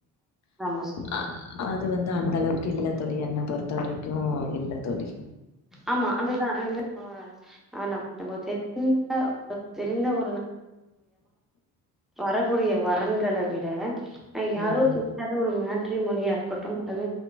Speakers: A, in the centre; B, on the left.
A: நம்ம சொல்லணும்
B: அ அது வந் து அந்த அளவுக்கு இல்ல தோழி என்ன பொறுத்த வரைக்கும் இல்ல தோழி
A: ஆமா அதுதா அஹ் நம் நம <inaudible> தெரிந்த <inaudible> வரக்கூடிய வரன்கள விட அஹ் யாரோ
B: ம்
A: திட்னது ஒரு மேட் மேட்ரிமோனியா இருக்கட்டும் அல்லது